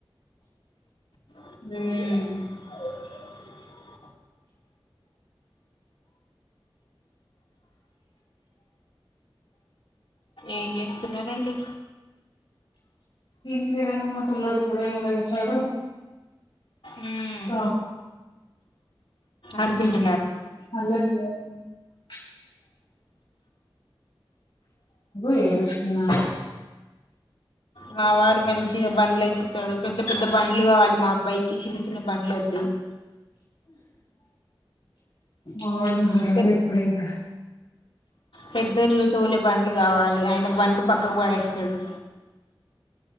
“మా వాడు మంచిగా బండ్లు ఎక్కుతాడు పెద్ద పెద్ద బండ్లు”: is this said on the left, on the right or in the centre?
Left